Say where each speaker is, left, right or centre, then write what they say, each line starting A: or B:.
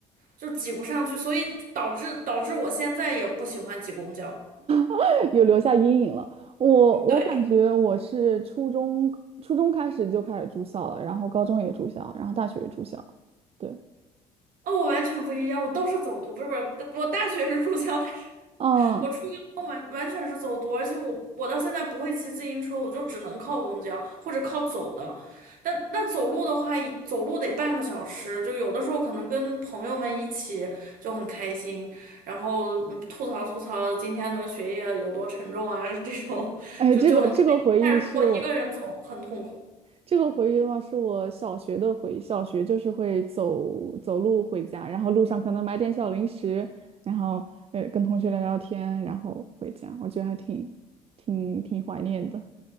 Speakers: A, on the right; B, on the right.
A: 就挤不上去，所以导致导致我现在也不喜欢挤公交。
B: <laughs> 有留下阴影了。我我感觉我是初中初中开始就开始住校了，
A: 嗯，对，
B: 然后高中也住校，然后大学也住校。对，
A: 哦，我完全不一样，我都是走读，不是不是，我大学是住校，但是
B: 嗯，
A: 我初完全是走读，而且我我到现在不会骑自行车，我就只能靠公交或者靠走的。但那走路的话，走路得半个小时，就有的时候可能跟朋友们一起就很开心，然后嗯吐槽吐槽今天的学业有多沉重啊，<laughs> 这种就就很开心。
B: 哎，这个这个回忆是我
A: 但是如果一个人走，很痛苦。
B: 这个回忆的话是我小学的回忆。小学就是会走走路回家，然后路上可能买点小零食，然后呃跟同学聊聊天，然后回家。我觉得还挺挺挺怀念的。